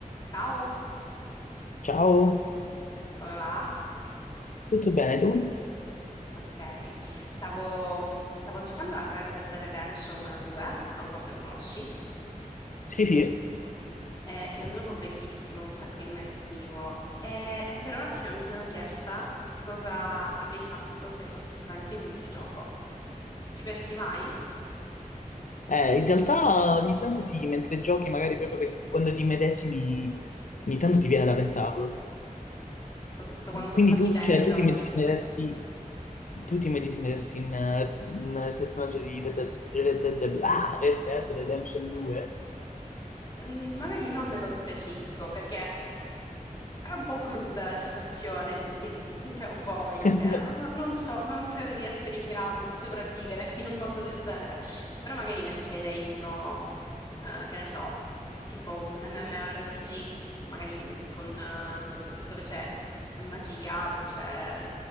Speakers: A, on the left (about 30°); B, on the left (about 65°).
A: Ciao,
B: Ciao,
A: come va?
B: tutto bene tu?
A: Tutto ok. Stavo, mh, stavo giocando a Red Dead Redemption 2, non lo so se lo conosci,
B: Sì, sì,
A: eh, ed è un gioco bellissimo, un sacco immersivo. E, e per un attimo mi sono chiesta cosa avrei fatto se fossi stata anche in un videogioco. Ci pensi mai?
B: eh, in realtà ogni tanto sì, mentre giochi magari proprio che ti- quando ti immedesimi, ogni tanto ti viene da pensarlo.
A: Soprattutto quando sono
B: Quindi
A: fatti
B: tu,
A: bene
B: cioè,
A: i giochi.
B: tu ti immedesimeresti, tu ti immedesimeresti in, eh, in personaggio di Red Dead, Red Dead- ah, Red Dead Redemption 2?
A: Mm, Magari non nello specifico, perché È un po' cruda la situazione lì, <laughs> i cowboy,
B: <laughs>
A: che non, non so, non credo di essere in grado di sopravvivere <laughs> in un mondo del genere, però magari ne sceglierei uno, eh, che ne so, tipo un MMORPG, magari con, eh, con dove, dove c'è magia, dove c'è,